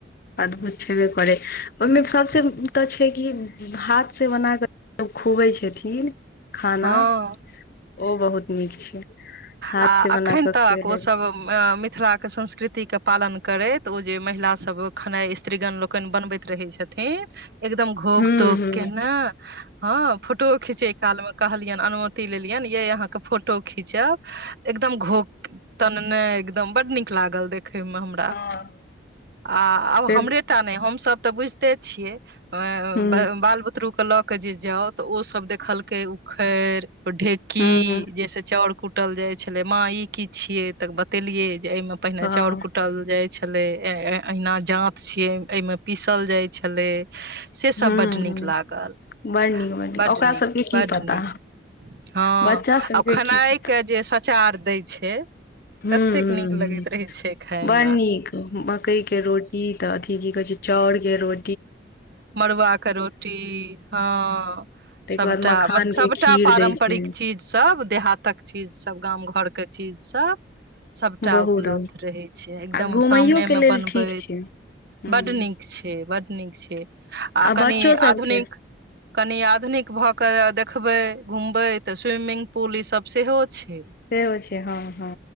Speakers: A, on the left; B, on the right.
A: अदभुत छेबे करै, ओहिमे सबसँ तऽ छै कि, हाथ से बना कऽ सँ खुबै छथिन खाना,
B: हँ
A: ओ बहुत नीक छै। हाथ
B: आ
A: से बना
B: अखैन
A: कऽ
B: तक
A: खुएलक
B: ओसब मिथिला के संस्कृति के पालन करैत, ओ जे महिला सब खेनाइ स्त्रीगण लोकनि बनबैत रहै छथिन एकदम घोघ
A: हूँ
B: तोघ
A: हूँ
B: केने, हँ फोटोओ खींचे काल मे कहलियनि, अनुमति लेलियनि यै अहाँ के फोटो खींचब एकदम घोघ तनने, एकदम बड नीक लागल देखै में हमरा।
A: हँ
B: आ आब
A: से
B: हमरेटा नै, हमसब तऽ बुझिते छियै अ
A: हूँ
B: बाल बुतरु के लऽ के जे जाउ तऽ ओ सब देखलकै उखैड़, ढेकी
A: हूं
B: जैसे चाउर कुट कुटल जाइ छलै, माँ ई की छियै तऽ बतेलियै जे एहिमे पहिने
A: हँ
B: चाउर कु कूटल जाइ छलै, अहिना जांत छियै एहिमे पीसल जाइ छलै। से
A: हूं
B: सब बड नीक
A: हूं
B: लागल।
A: बड़ नीक बड़
B: बड
A: ओकरा
B: नीक
A: सबके की
B: बड
A: पता
B: नीक, हँ
A: बच्चा सबके
B: आ खेनाइ
A: की पता
B: के जे सचार दै छै
A: हुम्म
B: कतेक
A: हुम्म,
B: नीक लगैत रहै छै खाय
A: बड़
B: मे
A: नीक मकई के रोटी ई तऽ अथी की कहै छै चाउर के रो
B: मड़ुआ के रोटी हँ
A: ताहिके
B: सबटा,
A: बाद मखान
B: मत सबटा
A: के खीर
B: पारम्परिक
A: दै छै
B: चीज सब, देहातक चीज सब गाम घर के के चीज सब। सबटा
A: बहुत
B: उपलब्ध रहै छै एकदम
A: आ घुमैयो
B: सामनेमे
A: के लेल
B: बनबैत
A: ठीक छै हूं
B: बड नीक छै बड नीक छै आ कनि
A: बच्चो सबके
B: आधुनिक कनि आधुनिक भऽ कऽ देखबे घूमबे तऽ स्विमिंग पूल ई सब सेहो छै।
A: सेहो छै हँ हँ,